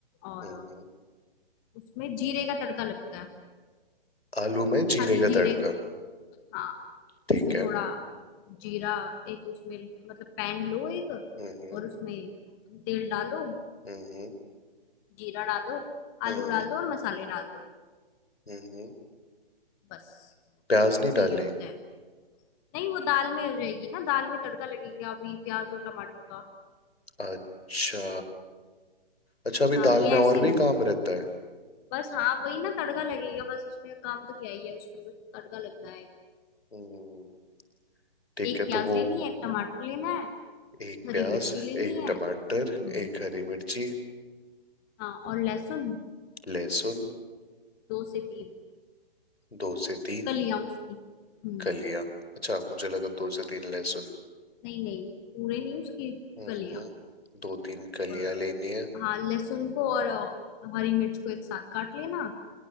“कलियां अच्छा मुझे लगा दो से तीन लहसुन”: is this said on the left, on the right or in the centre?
Left